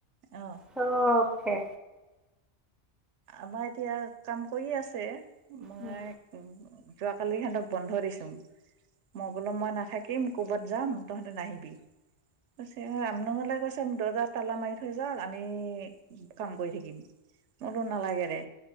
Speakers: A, on the right (about 85°); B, in the centre.
A: অ
B: চব অকে।
A: আমাৰ এতিয়া কাম কৰিয়ে আছে মই
B: উম
A: উম। যোৱাকালি সিহঁতক বন্ধ দিছোঁ মই বোলো মই নাথাকি। থাকিম ক'বাত যাম তহঁতে নাহিবি। কৈছে ৰামনঙলে গৈছে দৰ্জা তালা মাৰি থৈ যাওঁক আমি কাম কৰি থাকিম। মই কলোঁ নালাগে দে